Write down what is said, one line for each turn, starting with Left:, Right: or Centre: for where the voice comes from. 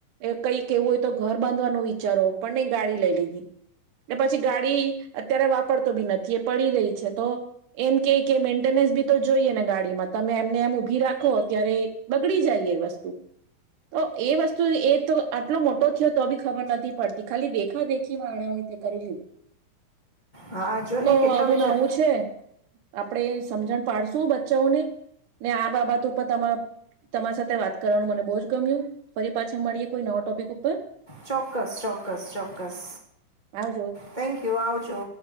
Right: એ કઈ કેવું હોય તો ઘર બાંધવાનું વિચારો પણ નહી ગાડી લઈ લીધી. પછી ગાડી અત્યારે વાપરતો બી નથી એ પડી રહી છે તો એમ કે કે મેન્ટેનન્સ બી તો જોઈએ ને ગાડીમાં તમે એમને એમ ભી રાખો ત્યારે બગડી જાય એ વસ્તુ. તો એ વસ્તુ એ <unintelligible> મોટો થ્યો તો બી ખબર નતી પડતી, ખાલી દેખા દે ખીમાં આણે હોય તે કરી લીધું.
Left: હા જો
Right: તો
Left: ને કેટલો
Right: આવું
Left: વિચાર
Right: નવું છે, આપડે સમજણ પાડશું બચ્ચાઓને ને આ બાબત ઉપર તમા તમાર સાથે વાત
Left: ચોક્કસ ચોક્કસ ચોક્કસ.
Right: આવજો
Left: થેન્ક યુ આવજો.